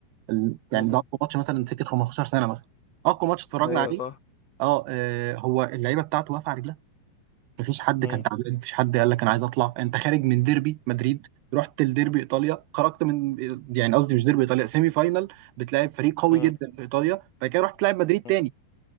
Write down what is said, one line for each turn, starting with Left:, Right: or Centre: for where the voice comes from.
Right: ال-
Left: مم.
Right: يعني ده اقوى ماتش مثلا سكة 15 سنة مثلا اقوى ماتش اتفرجنا
Left: أيوه
Right: عليه
Left: صح
Right: اه آه، هو اللعيبة بتاعته واقفة على رجلها مفيش حد
Left: مم.
Right: كان تعبان مفيش حد قال لك انا عايز اطلع انت خارج من ديربي مدريد رحت لديربي ايطاليا خرجت من يعني قصدي مش ديربي ايطاليا سيمي فاينال بتلاعب فريق قوي
Left: مم.
Right: جدا في ايطاليا بعد كده رحت تلعب مدريد تاني
Left: مم.